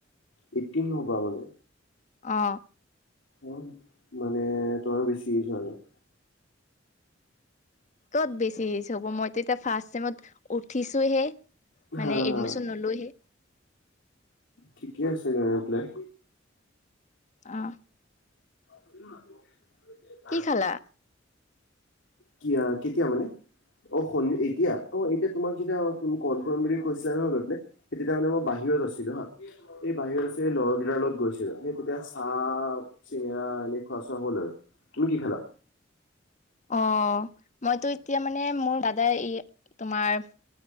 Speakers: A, on the left; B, on the left.
A: এইতটিন হ'বা মানে?
B: অ।
A: অ মানে তোমাৰ বেছি এইজ হোৱা নাই।
B: ক'ত বেছি এইজ হ'ব মইতো এতিয়া ফাৰ্ষ্ট চেমত উঠিছোহে মানে
A: হা, হা।
B: এডমি- নলৈহে
A: ঠিকে আছে গায় পেলাই
B: অ।
A: <unintelligible>
B: কি খালা?
A: কিয় কেতিয়া মানে অ শ এতিয়া অ এতিয়া তোমাক যেতিয়া কল কৰিম বুলি কৈছিলা ন <unintelligible> তেতিয়া মানে মই বাহিৰত আছিলো হা। এই বাহিৰত আছে লগৰ কেইটাৰ লগত গৈছিলো সে তেতিয়া চাহ চিঙৰা এ খোৱা চোৱা হ'ল আৰু। তুমি কি খালা?
B: অ মইতো এতিয়া মানে মোৰ দাদাই ই তোমাৰ